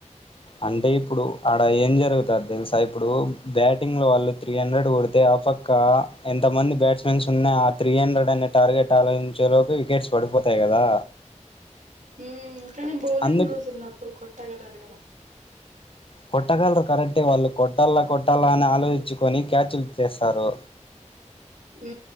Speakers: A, on the left; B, on the right.
A: అంటే ఇప్పుడు అడ ఏం జరుగుతది తెలుసా ఇప్పుడు బ్యాటింగ్ లో వాళ్ళు త్రీ హండ్రెడ్ కొడితే ఆ పక్క ఎంత మంది బ్యాట్స్మెన్స్ ఉన్నాయి ఆ త్రీ హండ్రెడ్ అనే టార్గెట్ ఆలోచించేలోకి వికెట్స్ పడిపోతాయి కదా
B: ఉ కానీ బౌలింగ్
A: అందుకు
B: లూజ్ ఉన్నప్పుడు కొట్టగలరు కదా
A: కొట్టగలరు కరెక్టే వాళ్ళు కొట్టాల కొట్టాల అని ఆలోచించుకొని క్యాచ్లు ఇచేస్తారు
B: ఉ